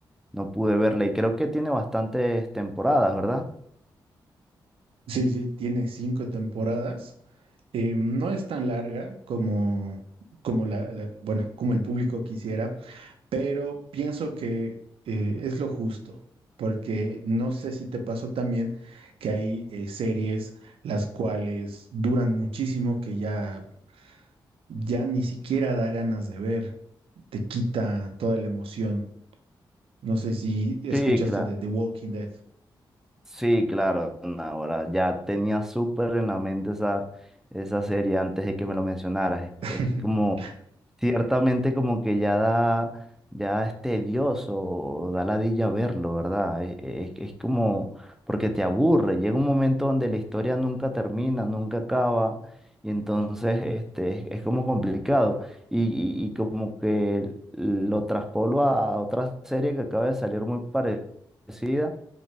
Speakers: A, in the centre; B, on the right.
A: no pude verla. Y creo que tiene bastantes temporadas, ¿verdad?
B: Sí, sí, tiene cinco temporadas. Eh, no es tan larga como, como la, la- bueno, como el público quisiera, pero pienso que eh, es lo justo, porque no sé si te pasó también que hay eh, series las cuales duran muchísimo que ya, ya ni siquiera da ganas de ver, te quita toda la emoción. No sé si escuchaste
A: Sí, claro.
B: de The Walking Dead.
A: Sí, claro, ahora ya tenía súper en la mente esa, esa serie antes de que me lo mencionaras. Es,
B: <laughs>
A: es como, ciertamente como que ya da, ya es tedioso, da ladilla verlo, ¿verdad? Es, es- es como, porque te aburre, llega un momento donde la historia nunca termina, nunca acaba, y entonces este, es, es como complicado. Y, y- y como que lo traspolo a otra serie que acaba de salir muy parecida